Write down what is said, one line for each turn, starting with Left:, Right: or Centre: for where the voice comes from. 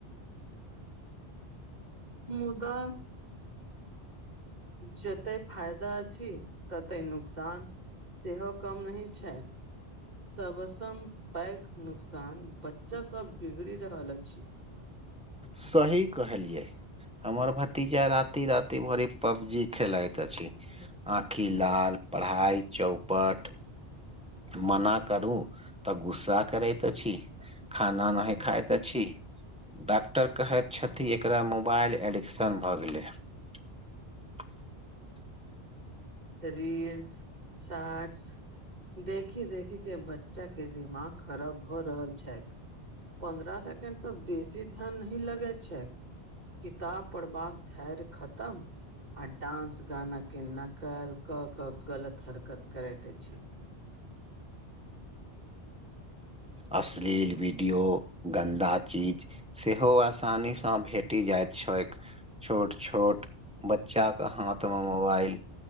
Right: मुदा जते फायदा अछि तते नुकसान। सेहो कम नहि छै। सभसँ पैघ नुकसान बच्चासभ बिगड़ि रहल अछि।
Centre: सही कहलियै। हमर भतीजा राति राति भरि पबजी खेलाइत अछि। आँखि लाल पढ़ाइ चौपट। मना करू तऽ गुस्सा करैत अछि। खाना नहि खाइत छी। डॉक्टर कहैत छथिन एकरा मोबाइल एडिक्शन भऽ गेलै ह <inaudible>
Right: रीलस शोर्ट्स देखि देखीके बच्चाके दिमाग खराब भऽ रहल छै। पन्द्रह सेकेण्डसँ बेसी ध्यान नहि लगैत छै। किताब पढ़बाक धैर्य खतम आ डानंस गाना के न कल कऽ कऽ गलत हरकत करैत अछि छी।
Centre: अश्लील वीडियो गन्दा चीज। सेहो आसानीसँ भेटी जाइत छैक छोट छोट बच्चा के हाथमे मोबाइल